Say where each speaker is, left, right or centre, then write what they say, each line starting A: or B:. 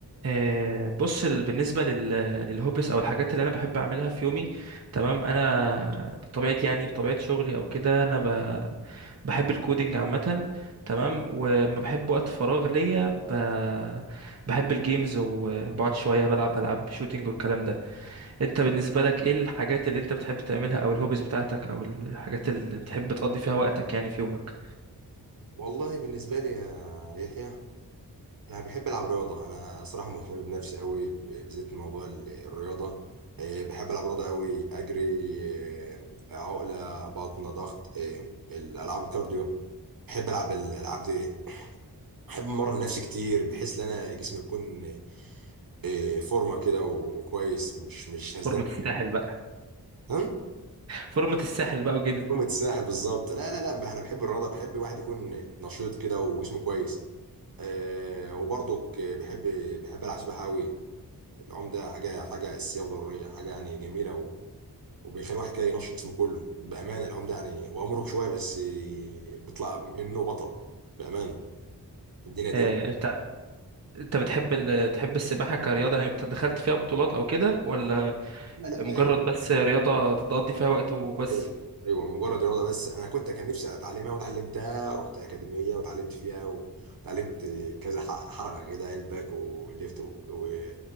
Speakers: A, on the right; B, on the right.
A: آه، بص ال- بالنسبة لل- للهوبس أو الحاجات اللي أنا بحب أعملها في يومي تمام أنا بطبيعتي يعني بطبيعة شغلي أو كده أنا ب- بحب الكودينج عامة تمام وما بحب وقت فراغ ليا ب- بحب الجيمز وبقعد شوية بلعب ألعاب شوتينج والكلام ده أنت بالنسبة لك إيه الحاجات اللي أنت بتحب تعملها أو الهوبس بتاعتك أو الحاجات اللي بتحب تقضي فيها وقتك يعني في يومك
B: والله بالنسبة لي يا يحيى أنا بحب ألعب رياضة أنا صراحة مهتم بنفسي قوي ب- بالذات موضوع ال- الرياضة إيه، بحب ألعب رياضة قوي أجري إيه، عقلة بطن ضغط إيه، الألعاب الكارديو بحب ألعب الألعاب دي بحب أمرن نفسي كتير بحيث إن أنا جسمي يكون إيه، فورمة كده وكويس مش مش هزلان
A: فورمة الساحل بقى
B: كده.
A: فورمة الساحل بقى وكده
B: قمة الساحل بالظبط لا لا لا انا بحب الرياضه بحب الواحد يكون نشيط كده وجسمه كويس آه وبرضك بحب بحب العب سباحه قوي العوم ده حاجه حاجه اساسيه وضروريه حاجه يعني جميله و... وبيخلي الواحد كده ينشط جسمه كله بامانه العوم ده يعني هو مرهق شويه بس آه، بيطلع منه بطل بامانه الدنيا دي
A: آه،
B: يعني
A: انت بتحب ال... تحب السباحة كرياضة يعني بت- دخلت فيها بطولات او كده ولا
B: لا لا
A: مجرد
B: آه،
A: بس رياضة تقضي فيها وقت وبس
B: ايوه ايوه مجرد رياضه بس انا كنت كان نفسي اتعلمها وتعلمتها رحت اكاديميه وتعلمت فيها و- وتعلمت كذا ح- حركه كده الباك والليفت و... و...